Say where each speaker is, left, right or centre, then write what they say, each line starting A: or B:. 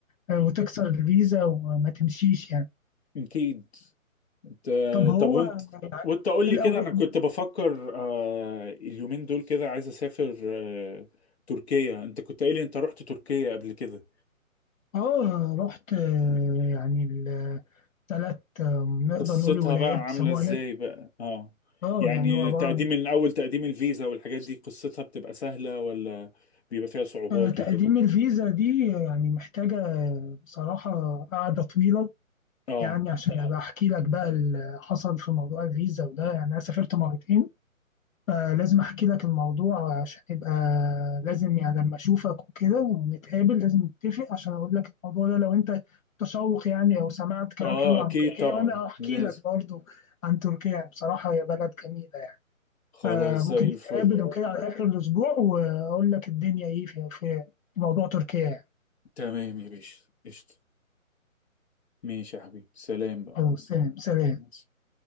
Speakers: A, on the left (about 70°); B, on the left (about 50°).
A: آه، وتكسر الفيزا وما تمشيش يعني
B: اكيد انت
A: طب هو
B: طب وانت وانت قول لي
A: الأول
B: كده انا كنت بفكر آه اليومين دول كده عايز اسافر آه تركيا انت كنت قايل لي انت رحت تركيا قبل كده
A: اه رحت آه،
B: مم.
A: يعني الثلاث آه، نقدر
B: قصتها
A: نقول ولايات
B: بقى عاملة
A: بيسموها
B: ازاي
A: هناك
B: بقى اه
A: اه
B: يعني
A: يعني هو عبارة
B: تقديم
A: عن
B: من اول تقديم الفيزا والحاجات دي قصتها بتبقى سهلة ولا بيبقى فيها صعوبات
A: آه، تقديم
B: وكده
A: الفيزا دي يعني محتاجة آه، بصراحة قعدة طويلة
B: اه
A: يعني عشان أبقى أحكي لك بقى اللي حصل في موضوع الفيزا وده يعني أنا سافرت مرتين فلازم أحكي لك الموضوع عشان يبقى لازم يعني لما أشوفك وكده ونتقابل لازم نتفق عشان أقول لك الموضوع ده لو أنت متشوق يعني أو سمعت كلام
B: اه
A: حلو
B: اكيد
A: عن تركيا
B: طبعا
A: وأنا أحكي
B: لازم
A: لك برضو عن تركيا يعني بصراحة هي بلد جميلة يعني
B: خلاص
A: فممكن
B: زي
A: نتقابل
B: الفل
A: وكده على آخر الأسبوع وأقول لك الدنيا إيه في في موضوع تركيا يعني
B: تمام يا باشا قشطة ماشي يا حبيبي سلام بقى
A: خلاص
B: مع السلامة
A: تمام سلام
B: مع السلامة.